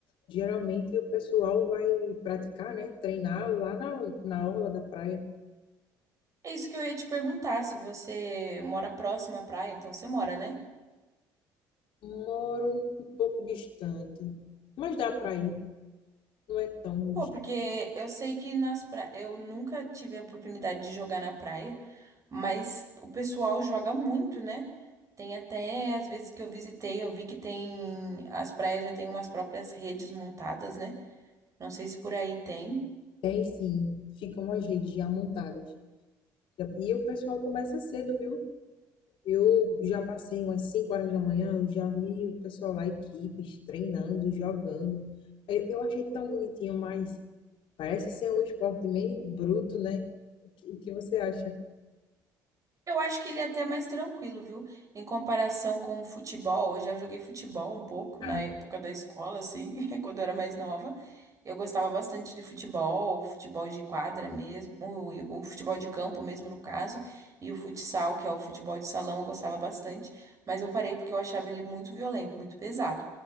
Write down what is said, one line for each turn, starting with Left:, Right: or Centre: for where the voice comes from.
Left: Geralmente o pessoal vai praticar, né? Treinar lá na, na orla da praia.
Right: É isso que eu ia te perguntar, se você mora próximo à praia, então você mora, né?
Left: Moro um pouco distante, mas dá para ir, não é tão
Right: Pô,
Left: distante.
Right: porque eu sei que nas pra... eu nunca tive a oportunidade de jogar na praia. Mas o pessoal joga muito, né? Tem até, às vezes que eu visitei, eu vi que tem, as praias já têm umas próprias redes montadas, né? Não sei se por aí tem.
Left: Tem sim, ficam as redes já montadas. Já- E o pessoal começa cedo, viu? Eu já passei umas 5 horas da manhã, eu já vi o pessoal lá, equipes, treinando, jogando. Eu, eu achei tão bonitinho, mas parece ser um esporte meio bruto, né? O que, o que você acha?
Right: Eu acho que ele é até mais tranquilo, viu? Em comparação com o futebol, eu já joguei futebol um pouco
Left: Ah,
Right: na época da escola, assim, <laughs> quando eu era mais nova. Eu gostava bastante de futebol, futebol de quadra mesmo, o, o futebol de campo mesmo, no caso, e o futsal, que é o futebol de salão, eu gostava bastante, mas eu parei porque eu achava ele muito violento, muito pesado.